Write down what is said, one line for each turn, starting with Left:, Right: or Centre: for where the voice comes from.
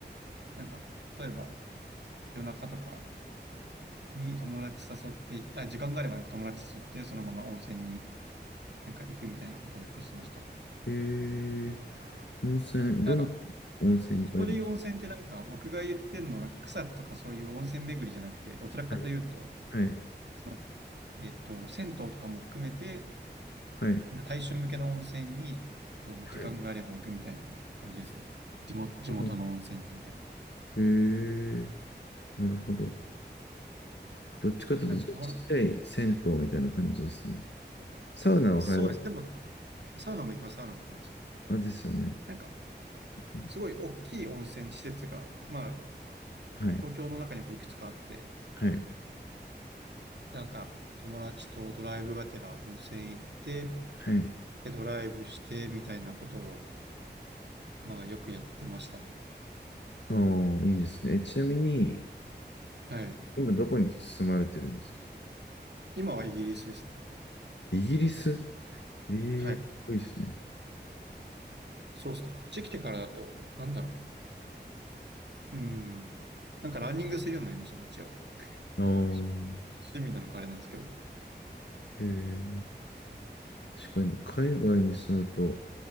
Right: なんか、例えば夜中とかに友達誘って、あ、時間があればなんか友達誘って、そのまま温泉になんか行くみたいなことをよくしてました。
Left: えー、温泉、
Right: なんか、
Left: どんな温泉に行かれる
Right: ここで言う温泉ってなんか僕が言ってんの、なんか草津とかそういう温泉巡りじゃなくて、どちらかというと、
Left: はい、はい、
Right: その、えっと、銭湯とかも含めて、
Left: はい、
Right: なんか大衆向けの温泉に、えっと、
Left: はい。
Right: 時間があれば行くみたいな感じですね。地元、地元の温泉にみたいな。
Left: うんえー、なるほど。どっちかというと、
Right: でなんか友達、
Left: ちっちゃい銭湯みたいな感じですね。サウナを入ら、
Right: そうです。でも、サウナも行きます、サウナも行きます。
Left: あ、ですよね。
Right: なんか、
Left: うん、
Right: すごい大きい温泉施設が、まあ、
Left: はい、
Right: 東京の中にもいくつかあって、
Left: はい、
Right: なんか、友達とドライブがてら温泉行って、
Left: はい。
Right: で、ドライブしてみたいなことを、まあ、よくやってましたね。
Left: ああ、いいですね。えちなみに、
Right: はい。
Left: 今どこに住まれてるんですか
Right: 今はイギリスですね。
Left: イギリスええー、
Right: はい。
Left: かっこいいですね。
Right: そうですね。こっち来てからだと、なんだろう。うん。なんかランニングするようになりましたね、一応。
Left: あー
Right: し趣味なのかあれなんですけど。
Left: へえ。確かに、海外に住むと、